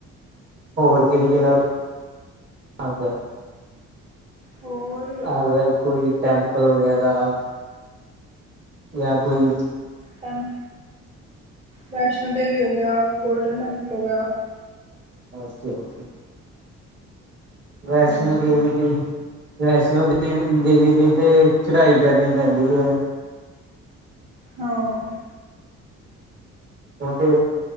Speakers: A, on the right (about 40°); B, on the right (about 20°).
A: ਹੋਰ ਕੇਹੜੀ ਜਗ੍ਹਾ, ‍ਪਸੰਦ ਐ?
B: ਹੋਰ
A: ਅਗਰ ਕੋਈ ਟੈਂਪਲ ਵਗੈਰਾ ਜਾਂ ਕੋਈ
B: ਟੈਂਪ ਵੈਸ਼ਨੂੰ ਦੇਵੀ ਹੋ ਗਿਆ, ਗੋਲਡਨ ਟੈਂਪਲ ਹੋ ਗਿਆ।
A: Okay okay. ਵੈਸ਼ਨੂੰ
B: ਹਾਂਜੀ।
A: ਦੇਵੀ ਲਈ ਵੈਸ਼ਨੂੰ ਦੇਵੀ-ਦੇਵੀ ਲਈ ਤੇ ਚੜਾਈ ਕਰਨੀ ਪੈਂਦੀ ਐ।
B: ਹਾਂ।
A: ਉਹ ਤੇ,